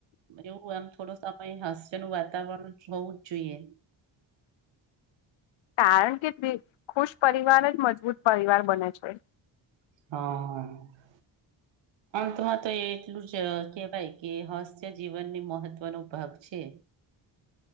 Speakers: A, on the right (about 65°); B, on the left (about 70°).
A: એવું આમ થોડો સમય હાસ્ય નું વાતાવરણ હોવું જ જોઈએ
B: કારણ કે તે ખુશ પરિવાર જ મજબૂત પરિવાર બને છે
A: હા
B: <inaudible>
A: તો એટલું જ કહેવાય કે હાસ્ય મહત્વનો ભાગ છે